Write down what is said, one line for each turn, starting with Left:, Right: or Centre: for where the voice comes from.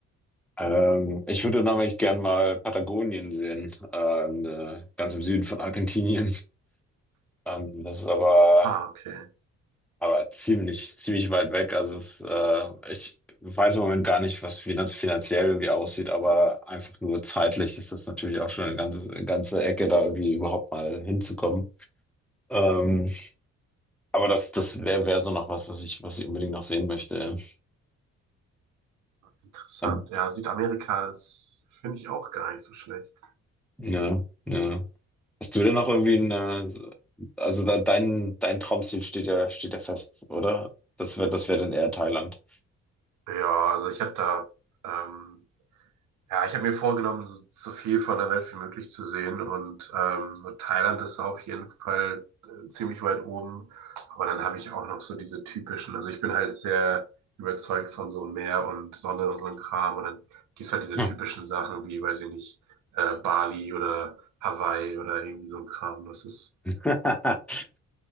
Centre: Ähm, ich würde nämlich gern mal Patagonien sehen, ähm, äh, ganz im Süden von Argentinien. Ähm, das ist aber,
Right: Ah, okay.
Centre: aber ziemlich, ziemlich weit weg. Also es, äh, ich weiß im Moment gar nicht, was finanz finanziell irgendwie aussieht, aber einfach nur zeitlich ist das natürlich auch schon eine ganze, ganze Ecke, da irgendwie überhaupt mal hinzukommen. Ähm, aber das, das wäre wär wär so noch was, was ich, was ich unbedingt noch sehen möchte.
Right: Interessant.
Centre: Ähm,
Right: Ja, Südamerika ist, finde ich auch gar nicht so schlecht.
Centre: ne, ne. Hast du denn noch irgendwie eine, also da, dein, dein Traumziel steht ja, steht ja fest, oder? Das wäre, das wäre dann eher Thailand.
Right: Ja, also ich habe da, ähm, ja, ich habe mir vorgenommen, so, so viel von der Welt wie möglich zu sehen und ähm, so Thailand ist auf jeden Fall äh, ziemlich weit oben. Aber dann habe ich auch noch so diese typischen, also ich bin halt sehr überzeugt von so Meer und Sonne und so ein Kram und dann gibt's halt diese
Centre: Ja.
Right: typischen Sachen wie, weiß ich nicht, äh, Bali oder Hawaii oder irgendwie so ein Kram. Das ist,
Centre: <laughs>